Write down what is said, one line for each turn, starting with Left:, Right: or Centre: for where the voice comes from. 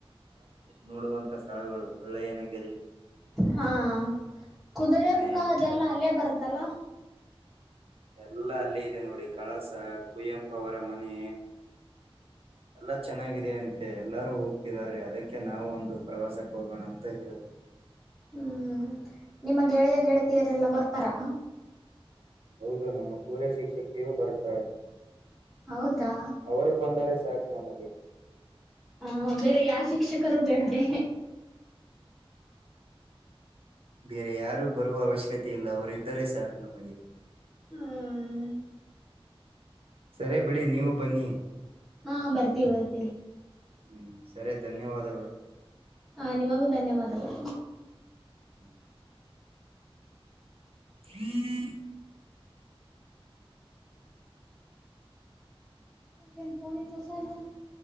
Right: ನೋಡುವಂತ ಸ್ಥಳಗಳು ಮುಳ್ಳಯ್ಯನಗಿರಿ
Centre: ಹಾ ಕುದುರೆಮುಖದಲ್ಲಿ
Right: ಅಂಡ್
Centre: ಬರುತ್ತದೆ
Right: ಎಲ್ಲಾ ಅಲ್ಲೇ ಇದೆ ನೋಡಿ ಕಳಸ ಕುವೆಂಪ ಅವರ ಮನೆ ಎಲ್ಲ ಚೆನ್ನಾಗಿದೆ ಅಂತೆ ಎಲ್ಲಾರೂ ಹೋಗ್ತಿದಿದ್ದಾರೆ ಅದಕ್ಕೆ ನಾವು ಒಂದು ಪ್ರವಾಸಕ್ಕೆ ಹೋಗೋಣ ಅಂತ ಹೇಳ್ತಿದ್ದವಿ
Centre: ಹ್ಮ್ ನಿಮ್ಮ ಗೆಳೆಯ ಗೆಳತಿಯರು ಎಲ್ಲರೂ ಬರ್ತಾರಾ
Right: ಹೌದು ನಮ್ಮ ಸೂರ್ಯ ಶಿಕ್ಷಕಿಯೂ ಬರುತ್ತಾಳೆ
Centre: ಹೌದಾ
Right: ಅವರು ಬಂದರೆ ಸಾಕು ನಮಗೆ
Centre: ಹ ಬೇರೆ ಯಾರ್ ಶಿಕ್ಷಕರು ಬೇಡವೇ
Right: ಬೇರೆ ಯಾರೂ ಬರೋದು ಅವಶ್ಯಕತೆ ಇಲ್ಲ ಅವರು ಒಬ್ಬರೇ ಇದ್ರೆ ಸಾಕು ನಮಗೆ
Centre: ಹ್ಮ
Right: ಸರಿ ಬಿಡಿ ನೀವು ಬನ್ನಿ
Centre: ಹಾ ಬರ್ತೀವಿ ಬರ್ತೀವಿ
Right: ಹ್ಮ್ ಸರಿ ಧನ್ಯವಾದಗಳು
Centre: ಹಾ ನಿಮಗೂ ಧನ್ಯವಾದಗಳು
Right: ಹ್ಮ್ <inaudible> ಹ್ಮ್ <unintelligible>
Centre: ಇದೇನ ಫೊನೆನ್ ತೋರ್ಸವಲ್ದಲ್ಲ <inaudible>